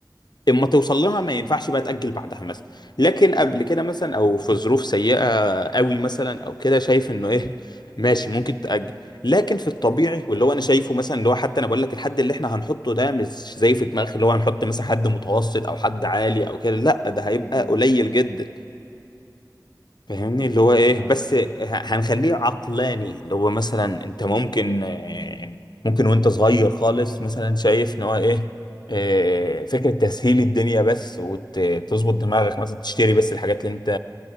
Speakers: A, on the left; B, on the left.
A: اما توصل لها ما ينفعش بقى تاجل بعدها مثلا لكن قبل كده مثلا او في ظروف سيئه قوي مثلا او كده شايف انه ايه ماشي ممكن تاجل لكن في الطبيعي واللي هو انا شايفه مثلا اللي هو حتى انا بقول لك الحد اللي احنا هنحطه ده مش زي في دماغك اللي هو هنحط مثلا حد متوسط او حد عالي او كده لا ده هيبقى
B: امم
A: قليل جدا فاهمني
B: امم
A: اللي هو ايه
B: فاهم
A: بس ه- هنخليه عقلاني اللي هو مثلا انت ممكن آه، ممكن وانت صغير خالص مثلا شايف ان هو ايه آه، فكرة تسهيل الدنيا بس وتظبط دماغك مثلا تشتري بس الحاجات اللي انت